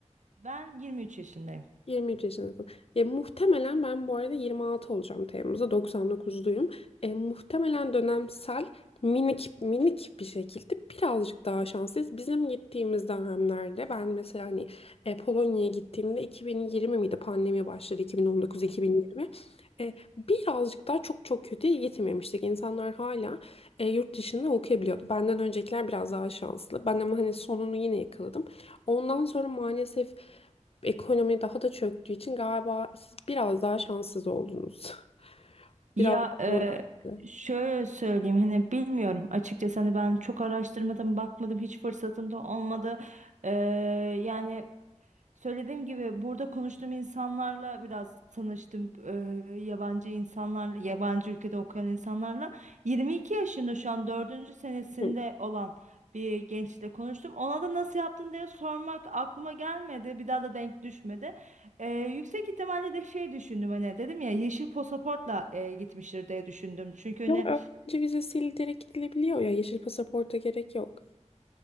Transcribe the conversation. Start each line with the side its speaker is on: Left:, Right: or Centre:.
Right: Ben 23 yaşındayım.
Left: 23 yaşındasın. E, muhtemelen ben bu arada 26 olacağım Temmuz'da. 99'luyum. E, muhtemelen dönemsel minik minik bir şekilde birazcık daha şanslıyız. Bizim gittiğimiz dönemlerde ben mesela hani e, Polonya'ya gittiğimde 2020 miydi? Pandemi başladı 2019-2020. E, birazcık daha çok çok kötüye gitmemiştik. İnsanlar hala e, yurt dışında okuyabiliyordu. Benden öncekiler biraz daha şanslı. Ben ama hani sonunu yine yakaladım. Ondan sonra maalesef ekonomi daha da çöktüğü için galiba siz biraz daha şanssız oldunuz. <laughs>
Right: Ya
Left: Biraz daha
Right: e,
Left: zorlandı.
Right: şöyle söyleyeyim hani bilmiyorum açıkçası hani ben çok araştırmadım bakmadım hiç fırsatım da olmadı E, yani Söylediğim gibi burada konuştuğum insanlarla biraz tanıştım. Eee, yabancı insanlarla, yabancı ülkede okuyan insanlarla. 22 yaşında şu an dördüncü senesinde
Left: Hı.
Right: olan bir gençle konuştum. Ona da nasıl yaptın diye sormak aklıma gelmedi. Bir daha da denk düşmedi. Eee, yüksek ihtimalle de şey düşündüm hani dedim ya yeşil pasaportla eee, gitmiştir diye düşündüm. Çünkü hani
Left: Yok öğrenci vizesiyle direkt gidilebiliyor ya. Yeşil pasaporta gerek yok.